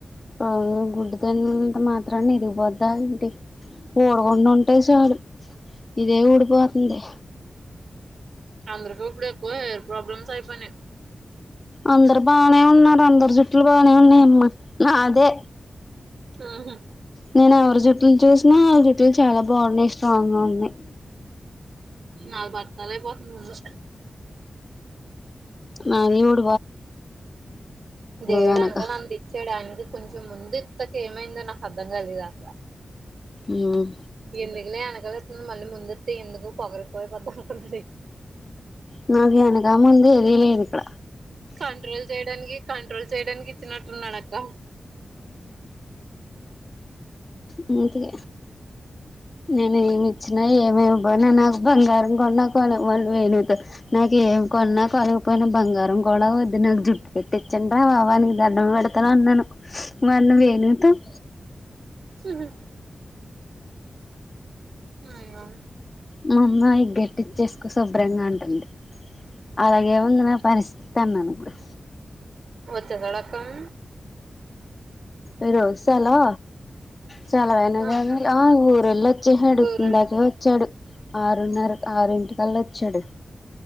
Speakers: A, on the left; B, on the right.
A: ఆహ్ గుడ్డు తిన్నంత మాత్రాన ఎదిగిపోద్దా ఎంటి కోడిగుడ్లు అంటే చాలు. ఇదే ఉడికి పోతుంది.
B: అందరికి ఇప్పుడు ఎక్కువ హెయిర్ ప్రాబ్లమ్స్ అయిపోయినాయి.
A: అందరు బానే ఉన్నారు అందరు జుట్లు బానే ఉన్నాయి అమ్మ నాదే.
B: ఆహా.
A: నేను ఎవరి జుట్లు చూసినా ఆళ్ జుట్లు చాలా బాగున్నాయి స్ట్రాంగ్ గా ఉన్నాయి.
B: నాది బట్టతల అయిపోతుంది ముందే.
A: నాది కూడా.
B: దేవుడ
A: వెనక
B: అనుకోని అంతిచ్చడు అవి. కొంచెం ముందె ఇంతక ఏమైందో నాకు అర్థం కలేదు అసలు.
A: ఉమ్.
B: ఎందుకులే అనకలేస్తున్నాను మళ్ళీ ముందెత్తే ఎందుకు పొగిరిపోయి పోద్దు అనుకున్
A: నాది ముందు వెనకాల ఏం లేదు ఇక్కడ.
B: కంట్రోల్ చేయడానికి కంట్రోల్ చేయడానికి ఇచ్చినట్టున్నాడు అక్క
A: అందుకే నేను ఏమి ఇచ్చినా ఏమివ్వక పోయినా నాకు బంగారం కోన్న వాళ్ళు పోయినంక నాకు ఏం కొన్నా కొనకపోయినా బంగారు గొడవ వద్దు నాకు జుట్టు పెట్టిచ్చండి రా బాబా నీక్ దండం పెడతను అన్నాను. మరి నువ్వు ఏం చేస్తావ్.
B: ఉమ్ నయ్యం.
A: మా అమ్మా ఇ గట్టిచ్చేసుకో శుభ్రంగా ఉంటుంది అలాగేముంది నా పరిస్థితి అన్నాను ఇప్పుడు
B: పచ్చ సడకం
A: ఈ రోసాలా. చలవైన
B: ఆహా
A: కానీ ఆహ్ ఊరెళ్ళ వచ్చేసాడు
B: ఊరెళ్ళిపోయాడు
A: ఇందాక వచ్చాడు ఆరున్నారు ఆరుంటికి మల్లోచ్చడు.